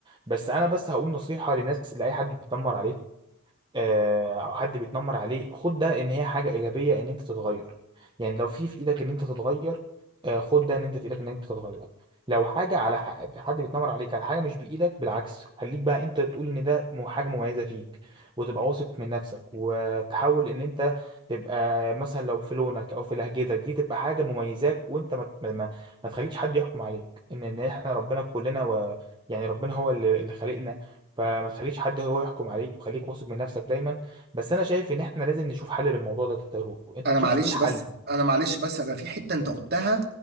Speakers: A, on the right; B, on the right.
A: بس انا بس هقول نصيحه للناس لاي حد بيتنمر عليك آه، او حد بيتنمر عليه خد ده ان هي حاجه ايجابيه ان انت تتغير يعني لو في في ايدك ان انت تتغير آه، خد ده ان انت في ايدك ان انت تتغير لو حاجه على ح- حد بيتنمر عليك على حاجه مش بايدك بالعكس خليك بقى انت تقول ان ده م- حاجه مميزه فيك وتبقى واثق من نفسك وتحاول ان انت تبقى مثلا لو في لونك او في لهجتك دي تبقى حاجه مميزاك وانت ما ما, ما ما تخليش حد يحكم عليك ان ان احنا ربنا كلنا و يعني ربنا هو اللي اللي خلقنا فما تخليش حد هو يحكم عليك وخليك واثق من نفسك دايما بس انا شايف ان احنا لازم نشوف حل للموضوع ده تارو انت
B: انا
A: تشوف
B: معلش
A: ايه الحل
B: بس انا معلش بس انا في حته انت قلتها